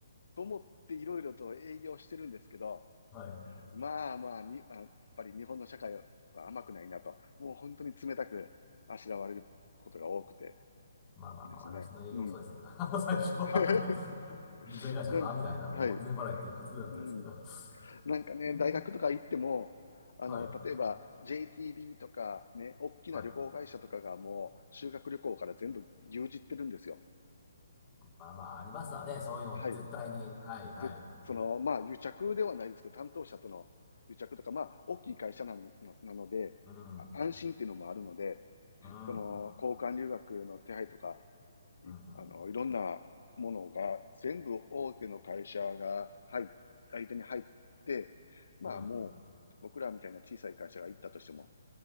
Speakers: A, on the left; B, on the left.
A: と思っていろいろと営業してるんですけど、
B: はい。
A: まあまあに、あやっぱり日本の社会は甘くないなと、もう本当に冷たくあしらわれることが多くて
B: まあまあまあ、
A: ですね。
B: 私の営業もそうでしたけど、
A: うん。
B: <laughs> あの最初はね、
A: <laughs>
B: 人材会社はみたいな、
A: なんはい。
B: もう門前払いって普通だったんですけど。
A: うん。なんかね、
B: えー
A: 大学とか行っても、あの、
B: はい。
A: 例えば JTB とかね、大きな旅行会社とかがもう修学旅行から全部牛耳ってるんですよ。
B: はい。まあまあ、ありますわね。そういうの、
A: はい。
B: 絶対に。はい、はい。
A: ぜ、その、まあ、癒着ではないですけど、担当者との癒着とか、まあ、大きい会社なの、なので、
B: うん。
A: 安心っていうのもあるので、
B: うん。
A: その、
B: うん。
A: 交換留学の手配とか、
B: うん。
A: いあの、いろんなものが、全部大手の会社が入っ、相手に入って、まあ、
B: うん
A: もう、僕らみたいな小さい会社が行ったとしても、